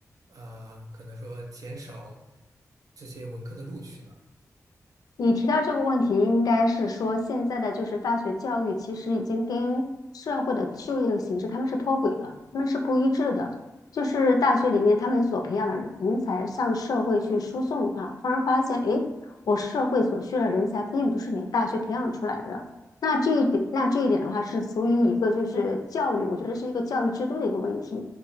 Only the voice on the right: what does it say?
呃，可能说减少这些文科的录取呢？